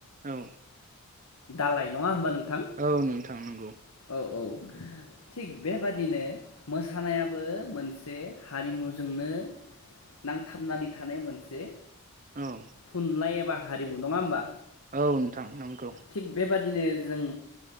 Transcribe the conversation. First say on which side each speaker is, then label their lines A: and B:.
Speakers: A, on the right; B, on the left.
A: औ
B: दालाय नङा होमबा नों
A: औ नोंथां नंगौ
B: औ औ थिग बेबादिनो मोसानायाबो मोनसे हारिमुजोंनो नांथाबनानै थानाय मोनसे
A: औ
B: थुनलाइ एबा, हारिमु नङा होमबा?
A: औ नोंथां नंगौ।
B: थिग बेबादिनो जों